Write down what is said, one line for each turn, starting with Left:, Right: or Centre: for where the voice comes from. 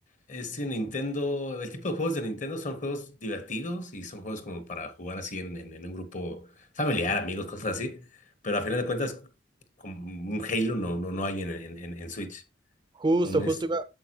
Left: es de Nintendo. El tipo de juegos de Nintendo son juegos divertidos y son juegos como para jugar así en, en- en un grupo familiar, amigos, cosas así. Pero a final de cuentas, como un Halo no, no, no hay en, en, en- en Switch.
Right: Justo,
Left: Un
Right: justo
Left: este.
Right: iba...